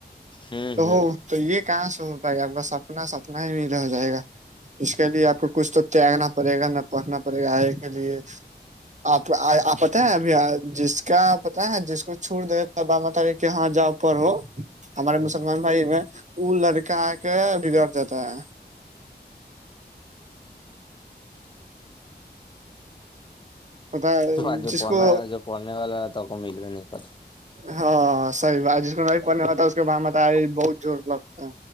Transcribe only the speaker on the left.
ہوں
ہوں
تو آ جو
پنانے
ج جو پنے والا ہے تو کو ملو نہیں، کت